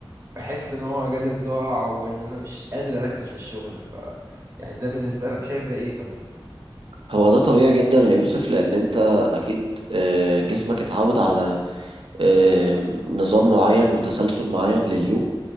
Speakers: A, on the right; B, on the right.
A: بحس ان هو جالي صداع وان انا مش قادر اركز في الشغل ف يعني ده بالنسبة لك شايف ده ايه طيب
B: هو ده طبيعي جدا يا يوسف لأن أنت أكيد آه، جسمك اتعود على آم، نظام معين وتسلسل معين لليوم